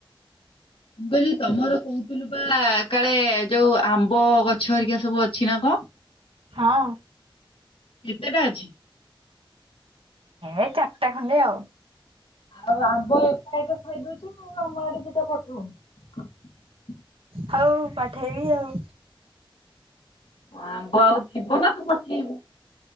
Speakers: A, on the left (about 80°); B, on the right (about 85°).
A: ମୁଁ କହିଲି ତମର କହୁଥିଲୁ ବା କାଳେ ଯୋଉ ଆମ୍ବ ଗଛ ହରିକା ସବୁ ଅଛି ନା କଣ । ହଁ।
B: ହଁ।
A: କେତେଟା ଅଛି?
B: ଏଇ ଚାରିଟା ଖଣ୍ଡ ଆଉ।
A: ଆଉ ଆମ୍ବ ଏକା ଏକା ଖାଇଦଉଛୁ ଆମ ଆଡ଼େ ଦିଟା ପଠଉନୁ ।
B: ହଉ ପଠେଇବି ଆଉ।
A: ଆମ୍ବ ଆଉ ଥିବନା ତୁ ପଠେଇବୁ।